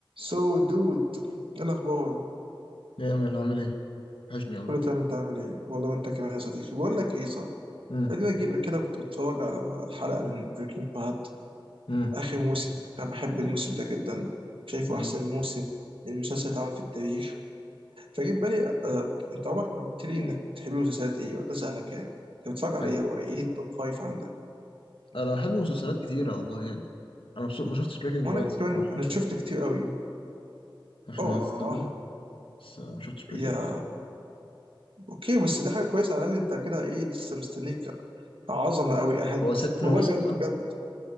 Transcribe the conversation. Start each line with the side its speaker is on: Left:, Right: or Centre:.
Right: سو دود ايه الاخبار
Left: ايه يا مان عامل ايه؟ وحشني والله
Right: كله تمام انت عامل ايه والله وانت كمان يا صديقي بقول لك ايه صح
Left: امم
Right: ادينا اجي لك كده كنت بتفرج على حلقه من بريكنج باد
Left: امم
Right: اخر موسم انا بحب الموسم ده جدا شايفه
Left: امم
Right: احسن موسم المسلسل اتعمل في التاريخ فجيت بالي آه، انت عمرك ما قلت لي انك بتحب المسلسلات ايه قلت اسالك يعني انت بتتفرج على
Left: حلو
Right: ايه او ايه التوب فايف عندك
Left: انا بحب مسلسلات كتيرة والله يعني انا مبسوط ما شفتش بريكنج
Right: وانا
Left: باد الصراحة
Right: كمان انا شفت كتير قوي
Left: عشان
Right: اه
Left: ما هتصدم بس آه، ما شفتش بريكنج
Right: يا
Left: باد
Right: اوكي بس ده حاجه كويسه على الاقل انت كده ايه لسه مستنيك عظمه قوي اهد
Left: هو ست
Right: والله
Left: مواسم
Right: بجد
Left: صح؟
Right: بجد